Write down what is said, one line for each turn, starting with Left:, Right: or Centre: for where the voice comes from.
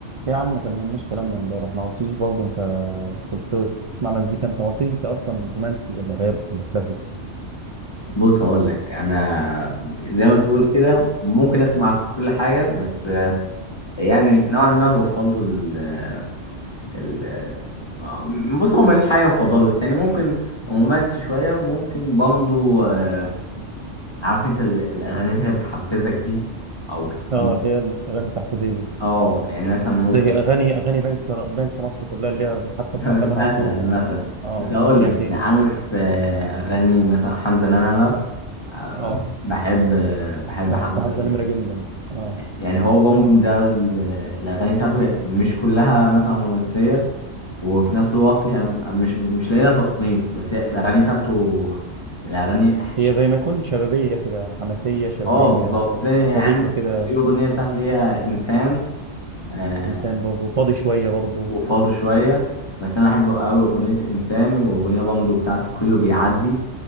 Right: يا عم ما كملناش كلامنا امبارح ما قلتليش برضه انت كنت بتسمع مزيكا انت ما قلتليش انت اصلا رومانسي ولا راب ولا كلاسيك
Left: بص هقول لك انا زي ما بتقول كده ممكن اسمع كل حاجه بس آه، يعني نوعا ما بفضل ال ال آه، بص هو ماليش حاجه مفضله بس يعني ممكن رومانسي شويه وممكن برضه آه، عارف انت ال- الاغاني اللي هي بتحفزك دي او بتديك
Right: اه اللي هي الاغاني التحفيزيه
Left: اه يعني مثلا ممكن
Right: زي اغاني اغاني بنك بنك مصر كلها اللي هي حتى بتاع
Left: <laughs>
Right: تامر
Left: مثلا
Right: عاشور وبتاع
Left: مثلا
Right: اه
Left: بس هقول
Right: محمود العسيلي
Left: لك يعني عارف آه، اغاني مثلا حمزه نمره آه،
Right: اه
Left: بحب آه، بحب
Right: أنا
Left: حمزه
Right: بحب حمزه
Left: نمرة
Right: نمره جدا اه
Left: يعني هو بانجوم ده ال- الأغاني بتاعته هي مش كلها مثلا رومانسية وفي نفس الوقت هي م- مش مش لاقية لها تصنيف بس هي الأغاني بتاعته الأغاني
Right: هي زي ما يكون شبابيه كده حماسيه شبابيه
Left: اه بالظبط زي
Right: صديقه
Left: يعني
Right: كده
Left: الأغنية بتاعت اللي هي إنسان آه
Right: انسان برضه فاضي شويه برضه
Left: وفاضي شوية بس أنا بحب أوي أغنية إنسان وأغنية بانجو بتاعت كله بيعدي